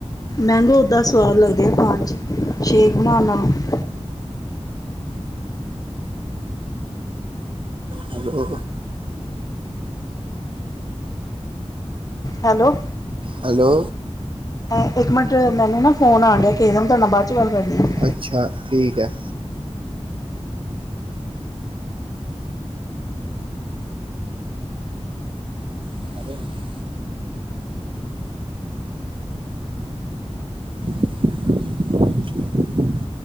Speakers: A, on the left; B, on the right.
A: ਮੈਂਗੋ ਓਦਾ ਸਵਾਦ ਲੱਗਦੇ ਆ ਖਾਣ ਚ ਸ਼ੇਕ ਬਨਾਣ ਨਾਲੋਂ।
B: ਹੈਲੋ।
A: Hello
B: hello.
A: ਐ, ਇੱਕ ਮਿੰਟ ਮੈਨੂੰ ਨਾ ਫੋਨ ਆਨ ਢਆ ਕਿਸੇ ਦਾ, ਮੈਂ ਤੁਹਾਡੇ ਨਾਲ ਬਾਅਦ ਚ ਗੱਲ ਕਰਦੀ ਹਾਂ।
B: ਅੱਛਾ, ਠੀਕ ਹੈ। <unintelligible> <unintelligible>